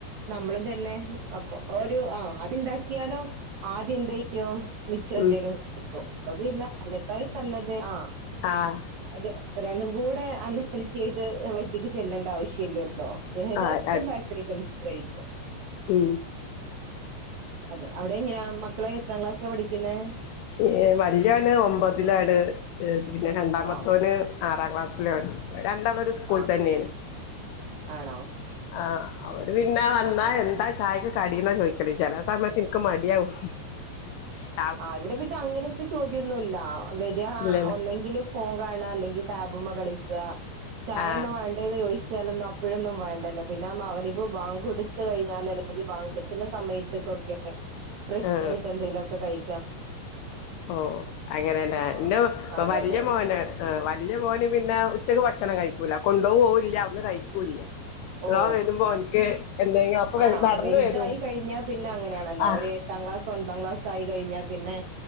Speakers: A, on the right (about 85°); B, on the left (about 90°).
A: നമ്മളും തന്നെ അപ്പൊ ഒരു ആഹ് അത്ണ്ടാക്കിയാലോ ആദ്യം എന്തേ യും മിച്ചം എന്തേലും
B: ഉം
A: ക്കും അപ്പൊ പിന്ന അതിനെക്കായി നല്ലത് ആഹ്
B: ആഹ്
A: അത് രണ്ടും കൂടെ അൺഹെൽത്തി ആയിട്ട് വൈറ്റിക്ക് ചെല്ലേണ്ട ആവശ്യ ശ്യല്ലല്ലോ ഏതായാലും
B: ആഹ്
A: ബേക്കറി ഐറ്റംസ് കഴിക്കും
B: ഉം
A: അതെ അവിടെ എങ്ങനാ മക്കളെ എത്രാം ക്ലാസ്സില പഠിക്കുന്നെ
B: ഏഹ് വലിയന് ഒമ്പതിലാണ് ഏഹ് പിന്നെ രണ്ടാമത്തോന്
A: ഓ
B: ആറാം ക്ലാസ്സിലണ് രണ്ടാളും ഒരു സ്കൂൾ
A: ആ
B: തന്നെയാണ്
A: ആണോ
B: ആഹ് അവര് പിന്നെ വന്നാ
A: ആ ആ
B: എന്താ ചായക്ക് കടീന്നാ ചോദിക്കലേ ചില സമയത്ത് ഇനിക്ക് മടിയവും ആഹ്
A: ആഹ് ഇവിടെ പിന്നെ അങ്ങനത്തെ ചോദ്യം ഒന്നുല്ല വരി
B: ഇല്ലല്ല
A: ഒന്നെങ്കിലും ഫോൺ കാണുക അല്ലെങ്കി ടാബ്മ്മേ കളിക്കുക ചായൊന്നും
B: ആ
A: വേണ്ടെന്ന് ചോദിച്ചാലൊന്നും അപ് പ്പോഴൊന്നും വേണ്ടതന്നെ പിന്നെ അവരി വാങ്ക കൊടുത്തു കഴിഞ്ഞാൽ അല്ലെങ്കിൽ വാങ്ക കൊടുക്കുന്ന സമയത്തക്കൊക്കെ ക്കെ ഫ്രഷ്
B: ആ
A: ആയിട്ട് എന്തെങ്കിലും ഒക്കെ കഴി
B: ഓ അങ്ങനെയല്ലാ
A: ആ
B: എന്റെ
A: അതെ
B: വല്യ
A: അതെ
B: മോൻ വല്യ മോന് പിന്നെ ഉച്ചക്ക് ഭക്ഷണം കഴിക്കൂല കൊണ്ടോ പോകൂല്ല അവിടുന്ന് കഴിക്കൂല്ല
A: ഓ
B: ഇവൻ വരുമ്പോ ഓൻക്ക് എന്തെങ്കിലും അപ്പൊ
A: ആഹ്
B: നടന്ന്
A: വലുതായി
B: വരും
A: കഴിഞ്ഞാ പിന്നെ അങ്ങനാണല്ലോ
B: ആ
A: ഓര് പാം ക്ലാസ്സ് ഒൻപാം ക്ലാസ് ആയി കഴിഞ്ഞ പിന്നെ